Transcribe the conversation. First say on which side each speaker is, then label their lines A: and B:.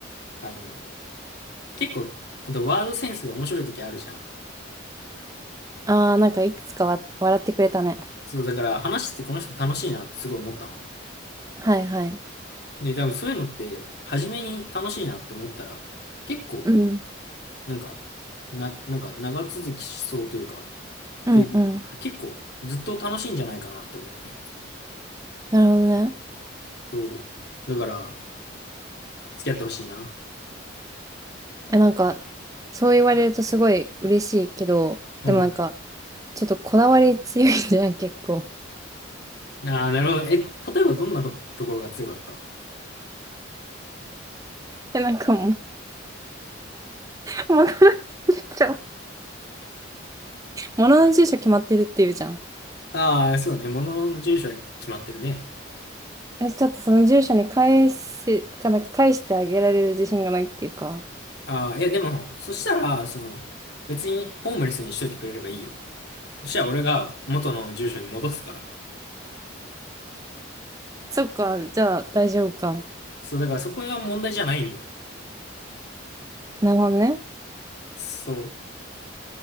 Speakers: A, on the left; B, on the right.
A: あの、結構、あとワードセンスが面白い時あるじゃん。
B: ああ、なんかいくつかわ笑ってくれたね。
A: そう、だから話しててこの人楽しいなってすごい思ったの。
B: はいはい。
A: で、多分そういうのって、初めに楽しいなって思ったら、結構、
B: うん。
A: なんか、な、なんか長続きしそうというか、っ
B: うんうん。
A: ていうか、結構ずっと楽しいんじゃないかなって思って。
B: なるほどね。
A: そう。だから、付き合ってほしいな。
B: え、なんか、そう言われるとすごい嬉しいけど、
A: うん。
B: でもなんか、ちょっとこだわり強いじゃん、<laughs> 結構。
A: ああ、なるほど。え、例えばどんなところが強かった
B: え、なんかもう、物の住所、物の住所決まってるっていうじゃん。
A: ああー、そうね。ものの住所は決まってるね。
B: え、ちょっとその住所に返し、かなんか返してあげられる自信がないっていうか。
A: ああ、いやでも、そしたら、その、別にホームレスにしといてくれればいいよ。そしたら俺が元の住所に戻すから。
B: そっか、じゃあ大丈夫か。
A: そう、だからそこは問題じゃないんだよ。
B: なるほどね。
A: そう。